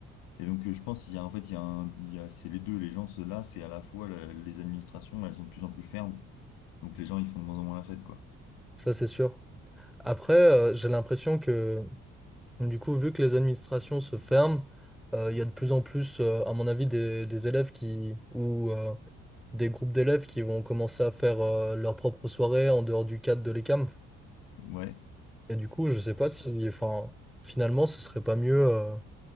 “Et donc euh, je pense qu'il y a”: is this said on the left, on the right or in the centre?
Left